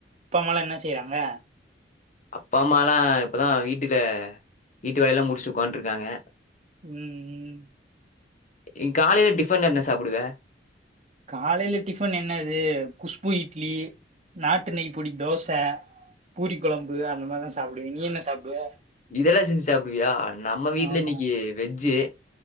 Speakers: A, on the right (about 40°); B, on the left (about 45°).
A: அப்பா அம்மாலா என்ன செய்றாங்க
B: அப்பா அம்மா எல்லா இப்பதா வீட்டுல வீட்டு வேலைய எல்லா முடிச்சு உக்காந்துட்டு இருக்காங்க
A: உம் உம்
B: இ காலையில டிஃபன் என்ன சாப்பிடுவே
A: காலையில டிஃபன் என்னது குஷ்பு இட்லி நாட்டு நெய் பொடி தோச பூரி கொழம்பு அந்த மாரிதா சாப்புடுவே நீ என்ன சாப்டுவ
B: இதெல்லா செஞ்சு சாப்டுவியா நம்ம வீட்டுல
A: ஆமா
B: இன்னைக்கு வெஜ்ஜு